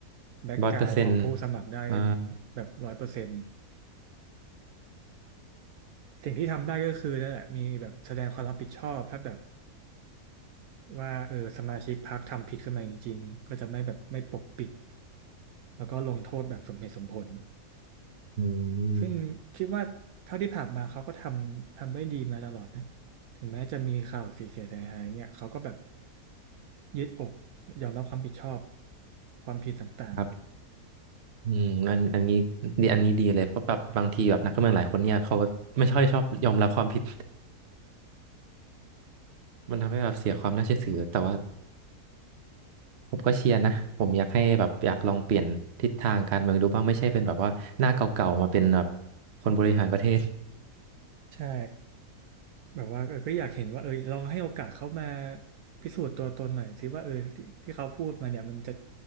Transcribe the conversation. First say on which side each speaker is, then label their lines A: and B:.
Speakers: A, on the right; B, on the right.
A: แบ็กกราว
B: ร้อยเปอร์เซ็นต์
A: n d ของผู้สมัครได้อืมแบบร้อยเปอร์เซ็นต์
B: อ่า
A: สิ่งที่ทำได้ก็คือนั่นแหละมีแบบแสดงความรับผิดชอบถ้าแบบว่าเออสมาชิกพรรคทำผิดขึ้นมาจริงๆก็จะไม่แบบไม่ปกปิดแล้วก็ลงโทษแบบสมเหตุสมผล
B: อืม
A: ซึ่งคิดว่าเท่าที่ผ่านมาเขาก็ทำทำได้ดีมาตลอดนะถึงแม้จะมีข่าวเสียเสียหายเนี่ยเขาก็แบบยืดอกยอมรับความผิดชอบความผิดต่างๆ
B: ครับอืมอันอันนี้ดีอันนี้ดีเลยเพราะแบบบางทีแบบนักการเมืองหลายคนเนี่ยเขาไม่ค่อยชอบยอมรับความผิด <laughs> มันทำให้แบบเสียความน่าเชื่อถือแต่ว่าผมก็เชียร์นะผมอยากให้แบบอยากลองเปลี่ยนทิศทางการเมืองดูบ้างไม่ใช่เป็นแบบว่าหน้าเก่าๆมาเป็นแบบคนบริหารประเทศ
A: ใช่แบบว่าเออก็อยากเห็นว่าเออลองให้โอกาสเขามาพิสูจน์ตัวตนหน่อยสิว่าเออที่ที่เขาพูดมาเนี่ยมันจะ